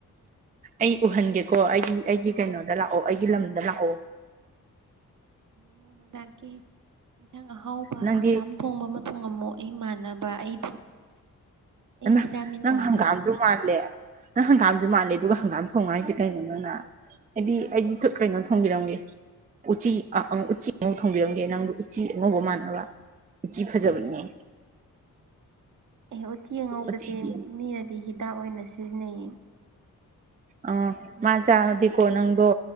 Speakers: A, on the right; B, on the right.
A: ꯑꯩ ꯎꯍꯟꯒꯦꯀꯣ ꯑꯩꯒꯤ ꯑꯩꯒꯤ ꯀꯩꯅꯣꯗ ꯂꯥꯛꯑꯣ ꯑꯩꯒꯤ ꯂꯝꯗ ꯂꯥꯛꯑꯣ
B: ꯅꯣꯡꯃ ꯂꯥꯛꯀꯦ ꯏꯟꯁꯥꯡ ꯑꯍꯥꯎꯕ
A: ꯅꯪꯗꯤ
B: ꯍꯪꯒꯥꯝ ꯊꯣꯡꯕ ꯑꯃ ꯊꯣꯡꯉꯝꯃꯨ ꯑꯩ ꯃꯥꯟꯅꯕ ꯑꯩ ꯑꯩ
A: ꯅꯪ
B: ꯚꯤꯇꯥꯃꯤꯟ
A: ꯅꯪ
B: ꯑꯣꯏꯅꯕ
A: ꯍꯪꯒꯥꯝꯁꯨ ꯃꯥꯜꯂꯦ ꯅꯪ ꯍꯪꯒꯥꯝꯁꯨ ꯃꯥꯜꯂꯦ ꯑꯗꯨꯒ ꯍꯪꯒꯥꯝ ꯊꯣꯡꯉꯣ ꯍꯥꯏꯁꯦ ꯀꯩꯅꯣ ꯅꯪ ꯑꯩꯗꯤ ꯑꯩꯗꯤ ꯇꯨ ꯀꯩꯅꯣ ꯊꯣꯡꯕꯤꯔꯝꯒꯦ ꯎꯆꯤ ꯑ ꯎꯆꯤ ꯑꯉꯧ ꯊꯣꯡꯕꯤꯔꯝꯒꯦ ꯅꯪꯕꯨ ꯎꯆꯤ ꯑꯉꯧꯕ ꯃꯥꯟꯅꯕ ꯖꯤ ꯐꯖꯕꯅꯦ
B: ꯑꯦ ꯎꯇꯤ ꯑꯉꯧꯕꯁꯦ
A: ꯎꯆꯤꯗꯤ
B: ꯃꯤꯅꯗꯤ ꯍꯤꯗꯥꯛ ꯑꯣꯏꯅ ꯁꯤꯖꯤꯟꯅꯩꯌꯦ
A: ꯑ ꯃꯥ ꯆꯥꯔꯗꯤꯀꯣ ꯅꯪꯗꯣ